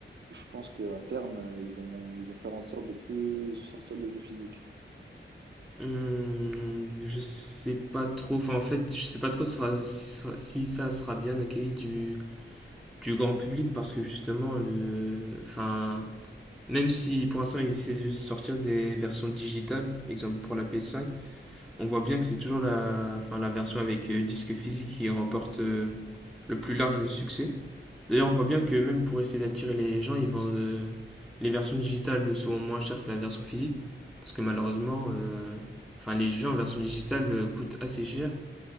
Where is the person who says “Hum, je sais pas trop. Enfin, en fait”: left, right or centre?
Centre